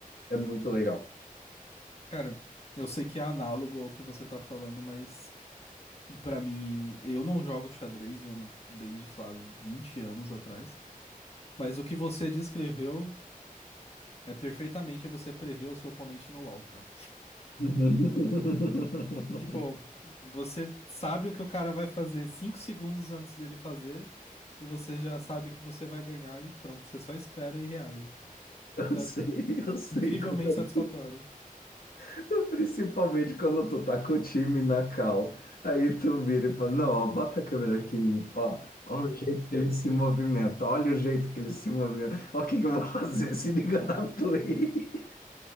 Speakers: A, on the left (about 80°); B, on the left (about 45°).
A: É muito legal.
B: Cara, eu sei que é análogo ao que você tá falando, mas pra mim, eu não jogo xadrez, eu desde, sei lá, 20 anos atrás. Mas o que você descreveu é perfeitamente você prever o seu oponente no LoL, cara.
A: <laughs>
B: Tipo, você sabe o que o cara vai fazer 5 segundos antes dele fazer, e você já sabe que você vai ganhar e pronto, você só espera e reage. Isso é
A: Sim, eu sei
B: incrivelmente
A: como
B: satisfatório.
A: é. Então, Principalmente quando tu tá com o time na cal. Aí tu vira e fala: Não, ó, bota a câmera aqui em mim. Ó, olha o jeito que ele se movimenta. Olha o jeito que ele se movimenta. Ó, o que que eu vou fazer? Se liga na play. <laughs>